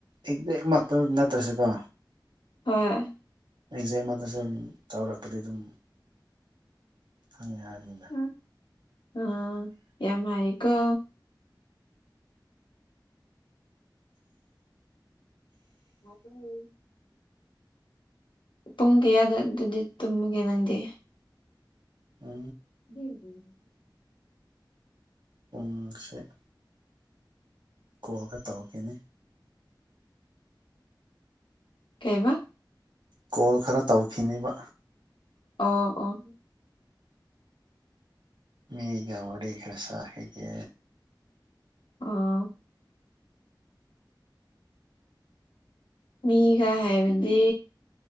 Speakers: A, on the right (about 70°); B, on the left (about 85°).
A: ꯑꯦꯛꯖꯦꯛ ꯃꯛꯀꯔ ꯅꯠꯇ꯭ꯔꯁꯨꯀꯣ
B: ꯍꯣꯏ
A: ꯑꯦꯛꯖꯦꯛ ꯑꯃꯗꯁꯨ ꯑꯗꯨꯝ ꯆꯥꯎꯔꯛꯄꯗꯤ ꯑꯗꯨꯝ ꯈꯪꯉꯦ ꯍꯥꯏꯕꯅꯤ
B: ꯎꯝ ꯎꯝ ꯌꯥꯝ ꯍꯩꯀꯣ ꯃꯕꯨꯅꯦ ꯄꯨꯡ ꯀꯌꯥꯗ ꯑꯗꯨꯗꯤ ꯇꯨꯝꯃꯨꯒꯦ ꯅꯪꯗꯤ
A: ꯑ
B: <unintelligible>
A: ꯄꯨꯡꯁꯦ ꯀꯣꯜꯒ ꯇꯧꯔꯛꯀꯦꯅꯦ
B: ꯀꯩꯌꯦꯕ
A: ꯀꯣꯜ ꯈꯔ ꯇꯧꯈꯤꯅꯦꯕ
B: ꯑꯣ ꯑꯣ
A: ꯃꯤꯒ ꯋꯥꯔꯤ ꯈꯔ ꯁꯥꯈꯤꯒꯦ
B: ꯑꯣ ꯃꯤꯒ ꯍꯥꯏꯕꯗꯤ